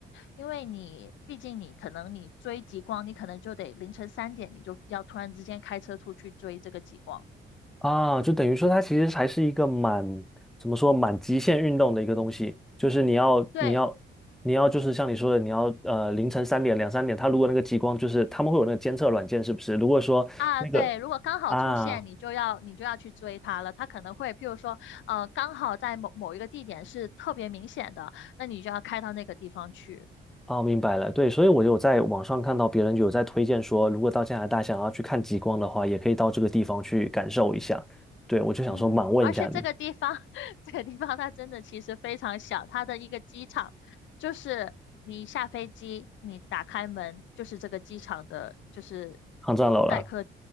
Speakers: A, on the left (about 70°); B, in the centre.
A: 因为你毕竟你可能你追极光，你可能就得凌晨三点你就要突然之间开车出去追这个极光。
B: 啊，就等于说它其实还是一个蛮，怎么说，蛮极限运动的一个东西，就是你要你要你要就是像你说的，
A: 对，
B: 你要呃凌晨三点两三点，它如果那个极光就是他们会有那个监测软件是不是？如果说那个
A: 啊，对，如果刚好出现，
B: 啊
A: 你就要你就要去追它了。它可能会，譬如说，呃，刚好在某某一个地点是特别明显的，那你就要开到那个地方去。
B: 哦明白了，对，所以我有在网上看到别人有在推荐说，如果到加拿大想要去看极光的话，也可以到这个地方去感受一下。对，我就想说满问一下你，
A: 嗯，而且这个地方，<laughs> 这个地方它真的其实非常小，它的一个机场就是你下飞机，你打开门就是这个机场的，就是
B: 抗战楼了。
A: 待客